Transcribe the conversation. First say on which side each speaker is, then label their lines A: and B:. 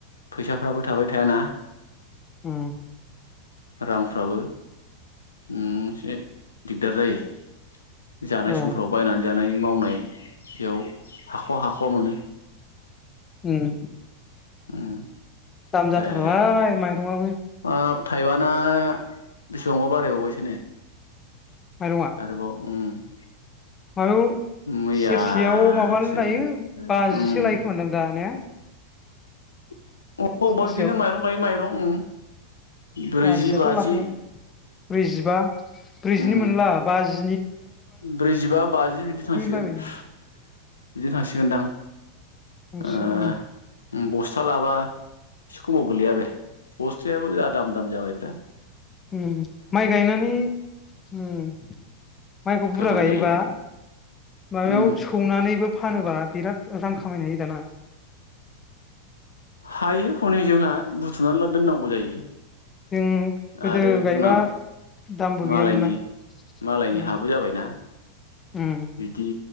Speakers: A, on the left; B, on the left.
A: फैसाफ्राबो थाबाय थायाना
B: उम
A: रांफ्राबो उम एसे दिग दार जायो जानाय
B: औ
A: स माव बायनानै जानाय मावनाय बेयाव हाखवा हाखवा मोनो
B: उम
A: उम
B: दाम जाथारबाय
A: जाया जायानो
B: माइरङाबो
A: हाब थाइबाना बेसेबांबा बारायबावबायसो नो
B: माइरङा
A: आरोबाव उम <inaudible>
B: माबायाव
A: मैयासो
B: सेरसेयाव माबानो लायो बाजिसे
A: उम
B: लायोखोमोनदां दा ने
A: <unintelligible> अबा
B: सेरसेयाव
A: बिदिनो माइरं लायै माइरं उम ब्रैजि
B: बाजियाथ
A: बाजि
B: लाखागोन ब्रैजिबा ब्रैजिनि
A: उम
B: मोनला बाजि
A: ब्रैजिबा बाजि बिदि थांसिगोन
B: बायबाय
A: बिदि थांसिगोनदां
B: थांसिगोन
A: ओ
B: उम
A: उम बस्था लाबा एसे खमाव गोलैया बे बस्थायाबो जा दाम दाम जाबाय बे
B: उम माइ गायनानै उम माइखौ बुरजा
A: गाहाम
B: गायोबा
A: जायो
B: माबायाव
A: उम
B: सौनानैबो फानोबा बिराद रां खामायनो हायो दाना <inaudible>
A: हायो हनै जोंहा बुथुमनानै ला दोननांगौ जायो
B: जों गोदो
A: आरो
B: गायबा
A: जोंना
B: दामबो गैयामोन
A: मालायनि
B: ना
A: मालायनि
B: उम
A: हाबो जाबायना
B: उम
A: बिदि